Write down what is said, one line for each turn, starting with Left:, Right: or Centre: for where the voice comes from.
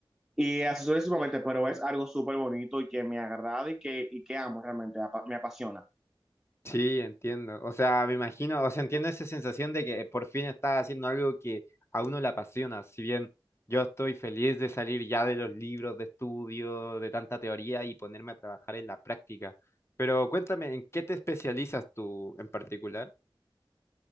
Centre: Y así sucesivamente, pero es algo súper bonito y que me agrada y que, y que amo realmente, apa- me apasiona.
Left: Sí, entiendo. O sea, me imagino, o sea, entiendo esa sensación de que por fin estás haciendo algo que a uno le apasiona. Si bien yo estoy feliz de salir ya de los libros de estudio, de tanta teoría y ponerme a trabajar en la práctica. Pero cuéntame, ¿en qué te especializas tú en particular?